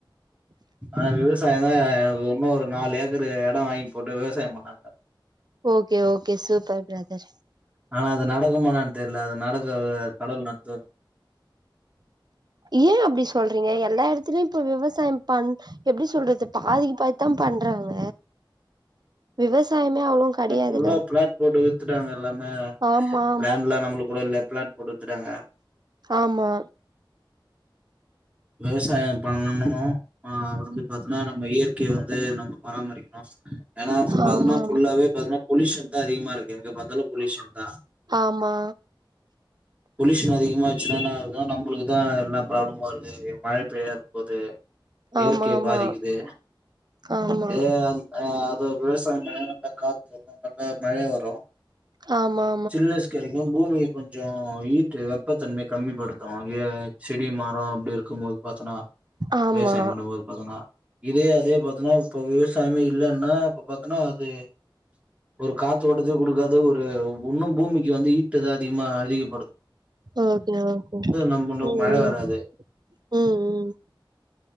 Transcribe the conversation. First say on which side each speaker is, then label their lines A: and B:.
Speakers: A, on the right (about 15°); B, on the right (about 55°).
A: ஆனா விவசாயந்தா எனக்கு உன்னு ஒரு நாலு ஏக்கர் எடோ வாங்கி போட்டு விவசாயொ பண்ணலான்ருக்க
B: ஓகே ஓகே சூப்பர் ப்ரதர்
A: ஆனா அது நடக்குமா என்னானு தெர்ல அது நடக்க கடவுள் நடத்துவார்
B: ஏ அப்டி சொல்றீங்க எல்லா எடத்துலயு இப்ப விவசாயம் பண் எப்டி சொல்றது பாதிகு பாதிதா பண்றாங்க விவசாயமே அவ்ளோ கெடையாதுல
A: ஏங்க ஃபுல்லா பிளாட் போட்டு வித்துட்டாங்க எல்லாமே
B: ஆமா
A: லேண்ட்லா நம்மளுக் கூட இல்ல ப்ளாட் போட்டு வித்துட்டாங்க
B: ஆமா
A: விவசாயம் பண்ணுனு அ வந்து பாத்தன்னா நம்ம இயற்க் கைய வந்து நம்ம பராமரிக்கணு ஏனா இப்ப பாத்தன்னா
B: ஆமா
A: ஃபுல்லாவே பாத்தனா பொல்யூஷன்தா அதிகமா இருக்கு எங்க பாத்தாலு பொல்யூஷன்தா
B: ஆமா
A: பொல்யூஷன் அதிகமாச்சுனானா அதா நம்பளுக்குதா எல்லா ப்ராப்ளமு வருது மழ பெய்யா இருக்க போது இயற்கைய
B: ஆமா ஆமா
A: பாதிக்குது
B: ஆமா
A: ஏனா அந் ஆ அது விவசாயோ பண்ணனா பா காத்து வரு நல்லா மழை வரு
B: ஆமா
A: சில்னஸ் கெடைக்கு பூமிய கொஞ்சொ ஹீட்டு வெப்பத்தன்மைய கம்மிப்படுத்து ஏ செடி மரோ அப்டி இருக்கும்போது பாத்தனா
B: ஆமா ஆமா ஆமா ஆமா
A: விவசாயம் பண்ணும்போது பாத்தன்னா இதே அதே பாத்தன்னா இப்ப விவசாயமே இல்லன்னா இப்ப பாத்தன்னா அது ஒரு காத்து ஓட்டத்தையு குடுக்காது ஒரு உன்னு பூமிக்கு வந்து ஈ ட்டுதா அதிகமா அதிகோ
B: ஓகே ஓகே
A: நம்ம
B: ம்
A: மழ வராது
B: ம் ம் ம்